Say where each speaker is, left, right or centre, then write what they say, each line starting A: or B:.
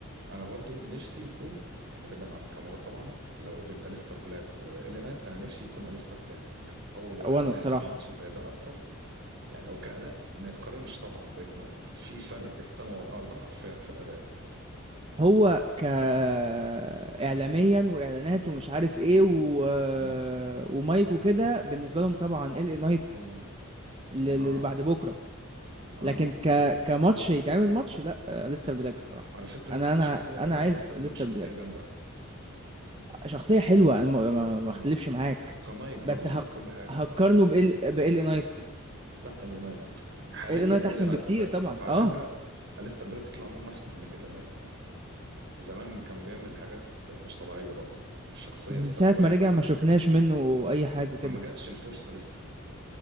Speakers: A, on the right (about 55°); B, on the right (about 25°).
A: انا برضو نفسي يكون يعني بعيدا عن ناكامورا طبعا لو بين اليستر بلاك والي نايت انا نفسي يكون اليستر بلاك هو
B: وانا
A: لايق
B: الصراحة
A: على ماتش زي ده اكتر يعني هو كاداء ما يتقارنش طبعا بالي نايت في فرق السماء والارض حرفيا في الاداء
B: هو ك اعلاميا واعلانات ومش عارف ايه و...
A: مم.
B: ومايك وكده بالنسبه لهم طبعا ال نايت
A: الي نايت
B: اللي
A: اه
B: بعد بكره
A: اه
B: لكن ك كماتش يتعمل ماتش لا ليستر بلاك الصراحه
A: على فكره
B: انا
A: كشخصيه
B: انا
A: برضو
B: انا عايز
A: اليستر بلاك
B: ليستر
A: شخصيه
B: بلاك
A: جامده
B: شخصيه
A: آه.
B: حلوه انا ما ما- ما
A: اه
B: اختلفش معاك
A: وكمايك
B: بس
A: برضو
B: هق...
A: كل حاجه
B: هقارنه بال بال نايت
A: لا الي نايت حاليا
B: ال نايت
A: الي
B: احسن
A: نايت
B: بكتير
A: بس
B: طبعا
A: على
B: اه
A: فكره اليستر بلاك يطلع منه احسن من الي نايت زمان كان بيعمل حاجات مش طبيعية برضه الشخصية
B: من
A: السوداوية
B: ساعه ما
A: بتاعته
B: رجع ما
A: دي
B: شفناش
A: كان
B: منه اي حاجه
A: ما
B: كده
A: ما جاتش الفرصة لسه